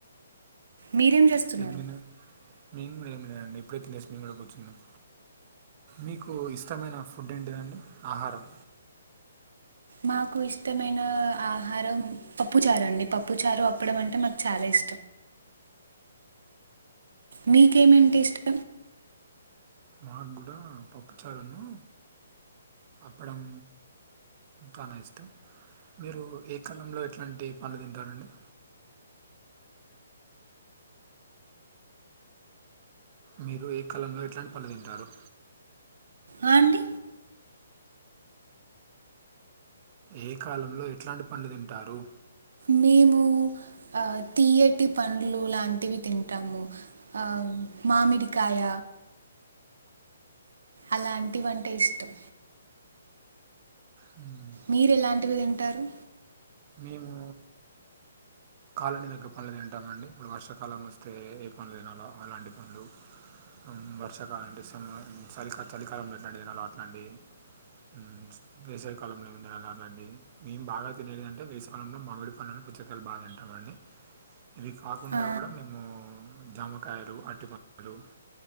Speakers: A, on the right (about 75°); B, on the right (about 25°).
A: మీరేం చేస్తున్నారు
B: ఏం తిన్నారు ఏం లే నేను ఇప్పుడే తినేసి మేము కూడా కూర్చున్నాను మీకు ఇష్టమైన ఫుడ్ ఏంటిదండి ఆహారం
A: మాకు ఇష్టమైన ఆహారం పప్పు చారు అండి పప్పు చారు అప్పడం అంటే మాకు చాలా ఇష్ట మీకేమంటే ఇష్టం
B: నాకు కూడా పప్పు చారును అప్పడం చానా ఇష్టం మీరు ఏ కాలంలో ఎట్లాంటి పండ్లు తింటారండి మీరు ఏ కాలంలో ఎట్లాంటి పండ్లు తింటారు
A: ఆ అండి
B: ఏ కాలంలో ఎట్లాంటి పండ్లు తింటారు
A: మేము ఆ తియ్యటి పండ్లు లాంటివి తింటాము ఆ మామిడికాయ అలాంటివంటే ఇష్టం
B: మ్మ్.
A: మీరు ఎలాంటివి తింటారు
B: మేము కాలనీకి దగ్గ పండ్లు తింటామండి ఇప్పుడు వర్షాకాలం వస్తే ఏ పండ్లు తినలో అలాంటి పండ్లు ఉ వర్షాకాలం అంటే ఇసము చలిక చలికాలంలో ఎట్లాంటివి తినాలో అట్లాంటివి ఉ వేసావి కాలంలో ఏమి తినాలో అట్లాంటివి మేము బాగా తినేది అంటే వేసాకాలంలో మామిడి పండ్లను పుచ్చ కాయలు బాగా తింటామండి ఇవి కాకుండా
A: ఆ,
B: కూడా మేము జామకాయలు, అరిటి పండ్లు,